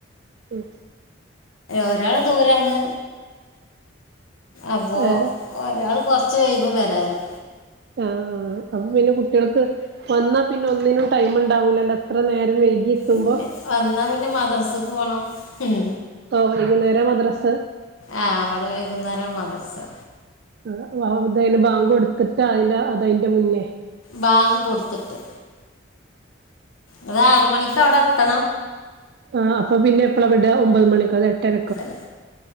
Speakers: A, on the right; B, on the left.
A: ഉം
B: ഒരാള് ദൂരാണ് അപ്പൊ
A: ഏ
B: ഒരാള് കൊറച്ച് വൈകും വരാന്
A: ആഹ് അപ്പൊ പിന്നെ കുട്ടിയൾക്ക് വന്നാപിന്നൊന്നിനും ടൈമ്ണ്ടാവൂലല്ലൊ എത്ര നേരം വൈകി എത്തുമ്പോ
B: ഇല്ല വന്നാ പിന്നെ മദ്രസക്ക് പോണം ഉം
A: പ്പൊ വൈകുന്നേരാ മദ്രസ
B: ആഹ് ഇവ്ടെ വൈകുന്നേരാണ് മദ്റ്സ
A: ആ <unintelligible> ബാങ്ക് കൊടുത്തിട്ടാ അല്ലാ അതയിന്റെ മുന്നേ
B: ബാങ്ക് കൊട്ത്തിട്ട് അത് ആറ് മണിക്കവ്ടെത്തണം
A: ആ അപ്പ പിന്നെപ്പളാ വിടാ ഒമ്പത് മണിക്കോ അതോ എട്ടര
B: ല